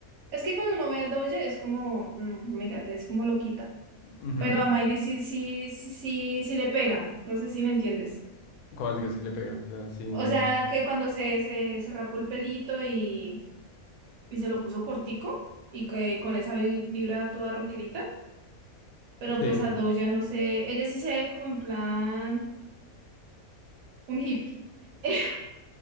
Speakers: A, on the right; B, on the left.
A: es que cuando uno ve a Doja es como, mm, mégate, es como loquita.
B: mhm
A: Pero a Miley sí, sí, sí, sí, sí le pega. No sé si me entiendes.
B: Cuando así que así le pega, o sea, sí, ujú,
A: O sea, que cuando se, se, se rapó el pelito y, y se lo puso cortico y que con esa vi- vibra toda rockerita. Pero
B: sí,
A: pues a Doja no sé, ella sí se ve como en plan. un hippie. <laughs>